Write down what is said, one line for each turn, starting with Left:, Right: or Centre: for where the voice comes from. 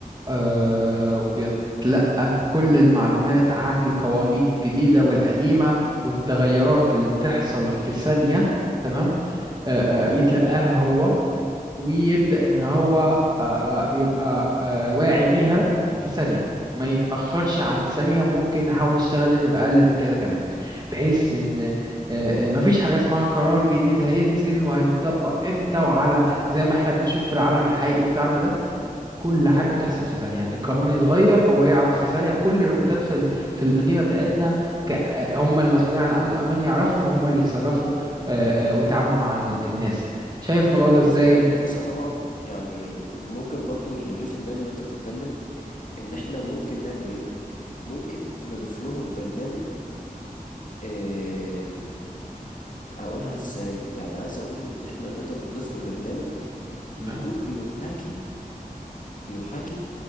Right: آه وبيتلقى كل المعلومات عن القوانين الجديدة والقديمة والتغيرات اللي بتحصل في ثانية تمام آه آه يتلقاها هو ويبدأ إن هو آه، آه، يبقى آه، واعي بيها في ثانية ما يتأخرش عن ثانية وممكن نحاول نشتغل إنها تبقى أقل من كده كمان بحيث إن آه، آه، مفيش حاجة اسمها قرار جديد هينزل وهيتطبق إمتى وعلى زي ما إحنا بنشوف في العالم الحقيقي بتاعنا ده كل حاجة بتحصل في ثانية القانون يتغير هو يعرف في ثانية كل الروبوتات في ال- في المدينة بتاعتنا ك- آه، هم المسؤولين عن الأمن الأمان يعرفوا وهم اللي يتصرفوا آه، آه، ويتعاملوا مع ال- الناس شايف الموضوع ده
Left: هي
Right: إزاي؟
Left: فكره ممتازه طبعا يعني ممكن برضو اللي جه في دماغي وانت بتتكلم ان احنا ممكن نعمل ايه ممكن نضيف لهم برنامج آم، هقولها ازاي يعني عايز اقول ان احنا نقدر نضيف له برنامج
Right: تمام
Left: يكون بيحاكي بيحاكي